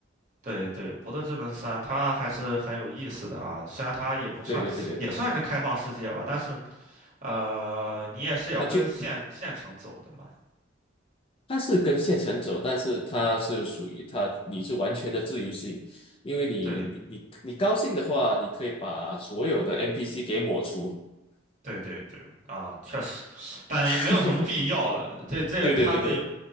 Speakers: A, on the right (about 40°); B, on the left (about 30°).
A: 对对，《博德之门三》它还是很有意思的啊，虽然它也不算，
B: 对对对对，
A: 也算是开放世界吧，但是呃，你也是要跟县县城走的嘛。
B: 他就他是跟县城走，但是他是属于他，你是完全的自由性，因为你你你你高兴的话，
A: 对
B: 你可以把所有的 NPC 给抹除。
A: 对对对，啊，确实，但也没有什么必要了。
B: <laughs>
A: 这这他们也，
B: 对对对对